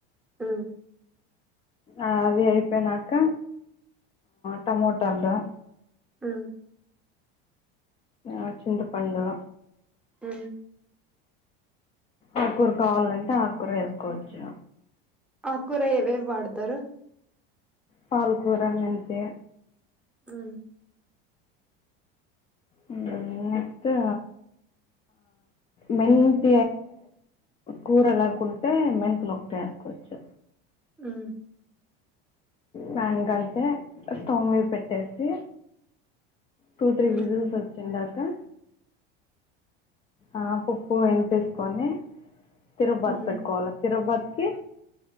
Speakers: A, in the centre; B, on the left.
A: ఉమ్
B: అది అయిపోనాక టమోటాలు
A: ఉమ్
B: ఆ చింత పండు
A: ఉమ్
B: ఆకూర కావాలంటే ఆకూర వేసుకోవచ్చు
A: ఆ కూర ఎవేవీ వాడుతరు
B: పాల్కురా మెంతే
A: ఉమ్
B: ఉమ్ నెక్స్ట్అ మెంత కూరలాకుంటే మెంతలు ఒకటి వేసుకోవచ్చు
A: ఉమ్
B: మ్యాంగ్ అంటే స్టవ్ మీద పెట్టేసి టూ త్రీ
A: మ్మ్
B: విజల్స్ ఒచ్చింద క ఆ పప్పు ఎని తీసుకొని తిరుపతి
A: మ్మ్
B: పెట్ కోవాలా తిరుబతికి